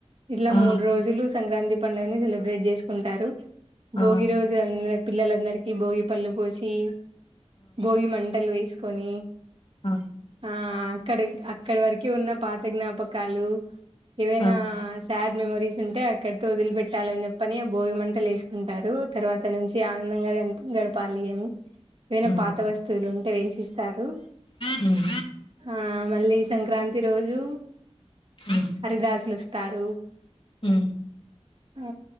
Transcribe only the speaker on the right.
ఇట్లా
మూడు రోజులు సంక్రాంతి పండుగని సెలబ్రేట్ చేసుకుంటారు భోగి
రోజు అ పిల్ల లందరికి భోగి పళ్ళు పోసి భోగి మంట లు వేసుకొని
ఆ అక్కడ అక్కడ వరక ఉన్న పాత జ్ఞాపకాలు ఏవైనా
శాడ్ మెమరీస్ ఉంటే అక్కడతో వదిలి పెట్టాలని చెప్పని భోగి మంటలు వేసుకుంటారు తర్వాత నుంచి ఆనందంగా గ గడపాలి అని ఏవైనా
పాత వస్తువులు ఉంటే వేసిస్తారు
ఆ మళ్ళీ సంక్రాంతి రోజు
హరిదాసులు వస్తారు
ఆ